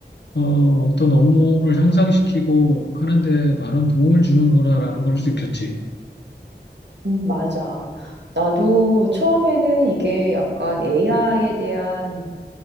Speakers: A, on the left; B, on the right.
A: 어, 어떤 업무를 향상시키고 하는데 많은 도움을 주는구나라는 걸 느꼈지.
B: 음, 맞아. 나도 처음에는 이게 약간 AI에 대한